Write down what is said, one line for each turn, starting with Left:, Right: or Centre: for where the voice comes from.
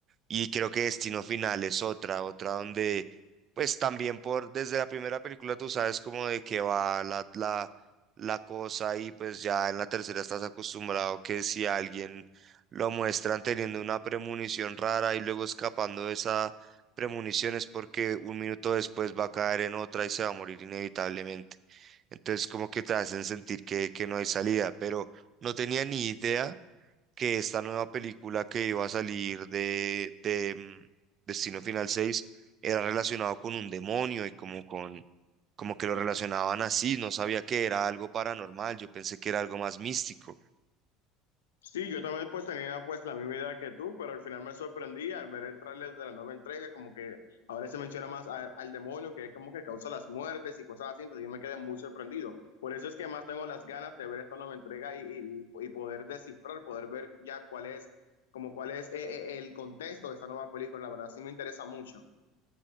Right: Y creo que Destino Final es otra, otra donde, pues también por, desde la primera película tú sabes como de qué va la, la, la cosa y pues ya en la tercera estás acostumbrado que si a alguien lo muestran teniendo una premonición rara y luego escapando de esa premonición es porque un minuto después va a caer en otra y se va a morir inevitablemente. Entonces como que te hacen sentir que, que no hay salida, pero no tenía ni idea que esta nueva película que iba a salir de, de mm, Destino Final 6 era relacionado con un demonio y como con, como que lo relacionaban así, no sabía que era algo paranormal, yo pensé que era algo más místico.
Left: Sí, yo también pues tenía pues la misma idea que tú, pero al final me sorprendí al ver el tráiler de la nueva entrega, como que ahora se menciona más a- al demonio, que es como que causa las muertes y cosas así, entonces yo me quedé muy sorprendido. Por eso es que más tengo las ganas de ver esta nueva entrega y, y- y poder descifrar, poder ver ya cuál es, como cuál es eh, eh, el contexto de esta nueva película, la verdad sí me interesa mucho.